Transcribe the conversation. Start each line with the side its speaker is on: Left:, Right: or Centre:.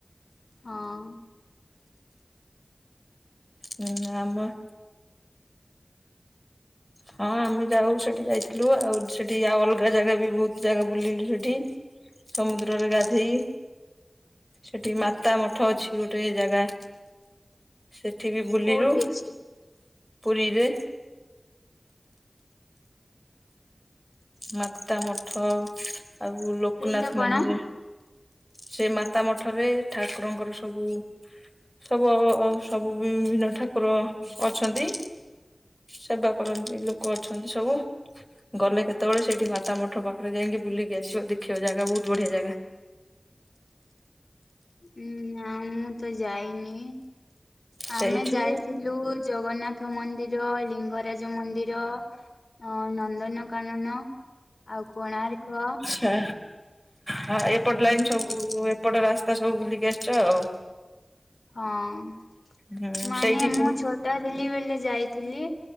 Left: ହଁ।
Centre: ହୁଁ ଆମର ହଁ ଆମେ ଯାଉ ସେଠି ଯାଇଥିଲୁ ଆଉ ସେଠି ଆଉ ଅଲଗା ଜାଗା ବି ବହୁତ୍ ଜାଗା ବୁଲିଲୁ ସେଠି। ସମୁଦ୍ରରେ ଗାଧେଇ - ସେଠି ମାତା ମଠ ଅଛି ଗୋଟେ ଜାଗା। ସେଠି ବି ବୁଲିଲୁ
Left: କୋଉଠି ଅଛି
Centre: ପୁରୀରେ। ମାତା ମଠ ଆଉ ଲୋକନାଥ
Left: ସେଇଟା କଣ?
Centre: ମନ୍ଦିର। ସେ ମାତା ମଠରେ ଠାକୁରଙ୍କର ସବୁ ସବୁ ଅ ଅ ସବୁ ବିଭିନ୍ନ ଠାକୁର ଅଛନ୍ତି। ସେବା କରନ୍ତି ଲୋକ ଲୋକ ଅଛନ୍ତି ସବୁ ଗଲେ କେ କେତବେଳେ ସେଇଠି ମାତା ମଠ ପାଖରେ ଯାଇଁକି ବୁଲିକି ଆସିବ। ଦେଖିବ ଜାଗା ବହୁତ ବଢିଆ ଜାଗା।
Left: ଉଁ ନା ମୁଁ ତ ଯାଇନି। ଆମେ
Centre: ସେଇଠୁ
Left: ଯାଇଥିଲୁ ଜଗନ୍ନାଥ ମନ୍ଦିର, ଲିଙ୍ଗରାଜ ମନ୍ଦିର ଅ ନନ୍ଦନକାନନ ଆଉ କୋଣାର୍କ
Centre: ହା। ହା ଏପଟ
Left: ଏମିତି
Centre: ଲାଇନ ସବୁ
Left: ଯାଇ
Centre: ଏପଟ ରାସ୍ତା ସବୁ ବୁଲିକି ଆସିଛ ଆଉ।
Left: ହଁ।
Centre: ହୁଁ
Left: ମାନେ
Centre: ସେଇଠି
Left: ମୁଁ ଛୋ ଟ ଥିଲି ବେଳେ ଯାଇଥିଲି